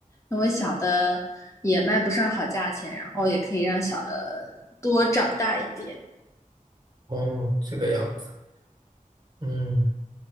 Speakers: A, on the left; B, on the right.
A: 因为小的也卖不上好价钱，然后也可以让小的多长大一点。
B: 哦，这个样子。嗯